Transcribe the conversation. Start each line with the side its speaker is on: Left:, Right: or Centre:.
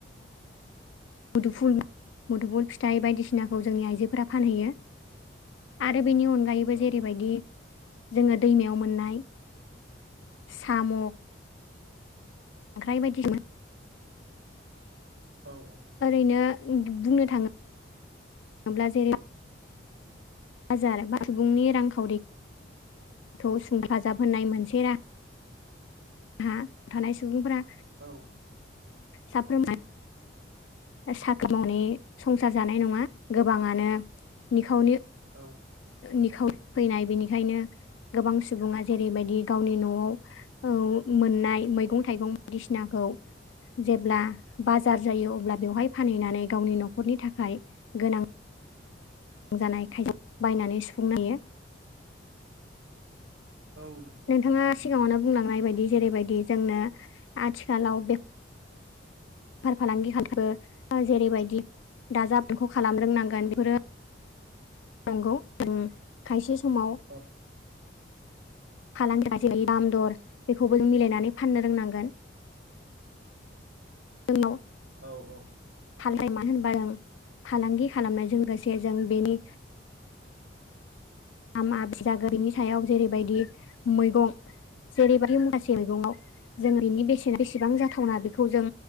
Left: मुदुफुल मुदुफुल फिथाइ बायदिसिनाखौ जोंनि आइजोफोरा फानहैयो आरो बेनि अनगायै अनगायैबो जेरैबायदि
Right: औ
Left: जोङो दैमायाव मोननाय साम' ओख्र बायदिसिना
Right: औ
Left: ओरैनो बुंनो थाङोब्ला जेरै बाजार बा सुबुंनि रांखावरिखौ हेफाजाब होनायनाय मोनसे राहा हा थानाय सुबुंफोरा
Right: औ
Left: साफ्रोम साख्रि मावनाय संसार जानाय नङा गोबाङानो निखावनि
Right: औ
Left: निखाव फैनाय बेनिखायनो गोबां सुबुङा जेरैबायदि गावनि न'आव औ मोननाय मैगं थाइगं बायदिसिनाखौ जेब्ला बाजार जायो अब्ला बेवहाय फानहैनानै गावनि न'खरनि थाखाय गोनां गोनां जानाय खायद बायनानै सुफुंनोयो
Right: औ नंगौ
Left: नोंथाङा
Right: नोंथां नंगौ
Left: सिगाङावनो बुंलांनाय बायदि जेरैबायदि जोंनो आथिखालाव बे बेफार फालांगि खालामबो जेरैबायदि दाजाब दानख' खालाम रोंनांगोन बेफोरो नंगौ खायसे समाव
Right: औ
Left: फालांगि जेरै दामदर बेखौबो जों मिलायनानै फाननो रोंनांगोन
Right: <inaudible>
Left: <unintelligible>
Right: औ औ
Left: फालदथाय मानो होनबा जों फालांगि खालामनायजों लोगोसे जों बेनि दामा बिदा गैयिनि सायाव जेरैबायदि मैगं जेरैबादि माखासे मैगङाव जों बेनि बेसेन बेसेबां जाथावना बेखौ जों